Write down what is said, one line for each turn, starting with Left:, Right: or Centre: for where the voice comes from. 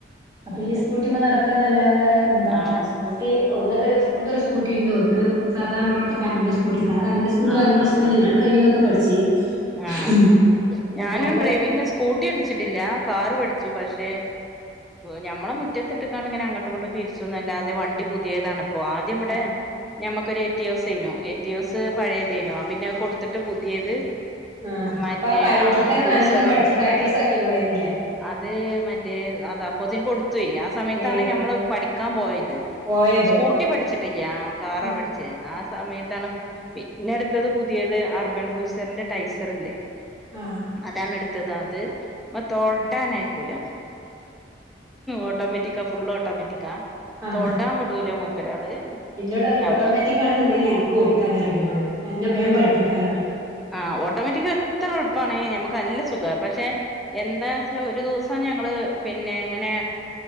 Right: അപ്പൊ ഈ
Centre: അതന്നെ
Right: സ്കൂട്ടിമ്മേ നടക്കന്ന അല്ലാതെ എന്താണ്
Centre: ആഹ്
Right: സ്കു ട്ടി ഒന്ന് ഡ്രൈവിങ്ങ് സ്കൂൾട്ടെ ഒരു സ്കൂട്ടി ഇണ്ട് ഒന്ന് സാധാ നമ്മുടെ ഇവിടുത്തെ കറന്റ് സ്കൂട്ടി ഉണ്ട് ആ കറൻ്റിന്റെ സ്കൂട്ടി
Centre: ആഹ്
Right: വാങ്ങേനെഷം
Centre: ആഹ്
Right: പിന്നെ
Centre: ആഹ്
Right: ഞാൻ ഡ്രൈവിങ് ഒക്കെ പഠിച്ച്
Centre: ആഹ്
Right: ഉം. പക്ഷേ
Centre: ഞാനും
Right: അത്
Centre: ഡ്രൈവിങ് സ്കൂട്ടി പടിച്ചിട്ടില്ല കാറ് പഠിച്ചു പക്ഷെ ഞമ്മടെ മുറ്റത്ത് ഇട്ടക്കട്ങ്ങനെ അങ്ങോട്ടും ഇങ്ങോട്ട് തിരിച്ചൊന്നും അല്ലാതെ വണ്ടി പുതിയതാന്ന് അപ്പൊ ആദ്യം ഇവിടെ
Right: ആ
Centre: ഞമ്മക്കൊര് എറ്റിയൊസ്നൊ എറ്റിയോസ്
Right: ആ
Centre: പഴയ ദേനോ ആ പിന്നെ അത് കൊടുത്തിട്ട് പുതിയത്
Right: ആഹ്
Centre: മറ്റേ
Right: അപ്പാ പഴേതിൽ
Centre: ആ
Right: തന്നെ
Centre: കുയ്സറാണ്
Right: നല്ലൊന്ന് പഠിച്ച് പ്രാക്ടീസ് ആക്കി കൂടായിരുന്നീലേ
Centre: അത് മറ്റേ അത് അപ്പൊതിന് കൊടുത്തോയ് ആ സമയത്താണ്
Right: ഏ
Centre: ഞമ്മൾ പഠിക്കാ പോയത്
Right: പോയത്
Centre: സ്കൂട്ടി പഠിച്ചി ട്ടില്ല്യ ആ കാറാ
Right: ഉം.
Centre: പഠിച്ചേ ആ സമയത്താണ് പി പിന്നെ അടുത്തത് പുതിയത് അർബൻ കുസറിന്റെ ടൈസറെല്ലേ
Right: ആ
Centre: അതാണ് എടുത്തത് അത് മേ തൊടാനായിക്കൂല ഓട്ടോമെറ്റിക്കാ ഫുൾ ഓട്ടോമെറ്റിക്കാ
Right: ആ
Centre: തൊടാ വിടൂല മൂപ്പരാള്
Right: എന്നോട് പറയു
Centre: ഞമ്മ
Right: ഓട്ടോമാറ്റിക്കാണെന്നുണ്ടെങ്കി ആനക്ക് ഓടിക്കാന് അറിയു എന്നോട് എന്നെ ബേം പഠപ്പിക്കാന്ന് പറയും.
Centre: ആ ഓട്ടോമാറ്റിക്ക് എത്ര എളുപ്പണേ നമുക്ക് നല്ല സുഖാ പക്ഷെ എന്താച്ചാ ഒരു ദിവസം ഞങ്ങൾ പിന്നെ ഇങ്ങനെ